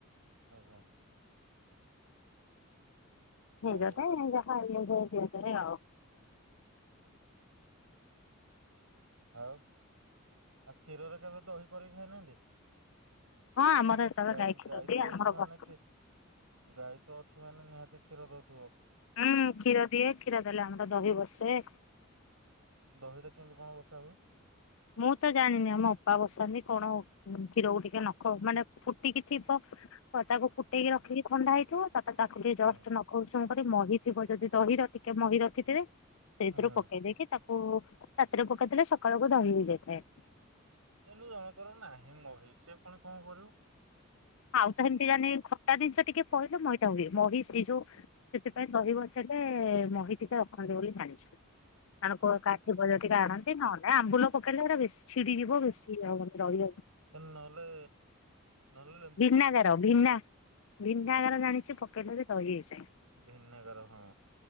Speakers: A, on the right; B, on the left.
A: ଆଚ୍ଛା। ହଉ
B: ନିଜ ପାଇଁ
A: ତା
B: ନିଜେ ଖାଇଲେ ଯୋଉ ଇଏ କରେ ଆଉ <inaudible>
A: ଆଉ <inaudible> ଆଉ କ୍ଷୀରରେ କେବେ ଦହି କରିକି ଖାଇନାହାନ୍ତି?
B: ହଁ ଆମର ଯେତେବେଳେ
A: ଗାଈ
B: କ୍ଷୀର
A: ଗାଈ
B: ଦିଏ
A: ତ ଅଛି
B: ଆମର
A: କ୍ଷୀ <inaudible> ମାନେ
B: ବସେ
A: ଗାଈ ତ ଅଛି ମାନେ ନିହାତି କ୍ଷୀର ଦଉଥିବ?
B: ହୁଁ କ୍ଷୀର ଦିଏ କ୍ଷୀର ଦେଲେ ଆମର ଦହି ବସେ।
A: ଦହିଟା କେମିତି କଣ ବସା ହୁଏ?
B: ମୁଁ ତ ଜାଣିନି ଆମ ଅପା ବସନ୍ତି କଣ କ୍ଷୀରକୁ ଟିକେ ନଖ ମାନେ ଫୁଟିକି ଥିବ ତ ତାକୁ ଫୁଟେଇକି ରଖିକି ଥଣ୍ଡା ହେଇଥିବ ତା ତାକୁ ଟିକେ
A: ହୁଁ
B: ଜଷ୍ଟ ନଖ ଉସ ଙ୍କରେ ମହି ଥିବ ଯଦି ଦହି ର ଟିକେ ମହି ରଖିଥିବେ ସେଇଥିରୁ
A: ହୁଁ
B: ପକେଇ ଦେଇକି ତାକୁ କୁ ରାତିରେ ପକେଇଥିଲେ ସକାଳକୁୁ ଦହି ହେଇଯାଇଥାଏ।
A: ଏନୁ ଜଣକର ନାହିଁ ମହି ସି ପୁଣି କଣ କରିବୁ?
B: ଆଉ ତ ଏମିତି ଜାନେ ଖଟା ଜିନିଷ ଟିକେ ପହିଲ ମଇଟା ହୁଏ ମହି ସେଇ ଯୋଉ ସେଥିପାଇଁ ଦହିବସିଲେ ମହି ଟିକେ ରଖନ୍ତି ବୋଲି ଜାଣିଛି। ଅଣକ କାହାର ଥିବ ଯଦିକା ଆଣନ୍ତି ନହେଲେ ଆମ୍ବୁଲ ପକେଇଲୋ ବେଶୀ ଛିଡିଯିବ ବେଶୀ ଆଉ ମାନେ ଦହୀ
A: ନହଲେ ନହଲେ ଲେ
B: ଭିନ୍ନାଗାର ଭିନା ଭିନ୍ନାଗାର ଜାଣିଛ ପକେଇ ଦେଲେ ଦହି ହେଇଯାଏ।
A: ଭିନ୍ନାଗାର ହଁ।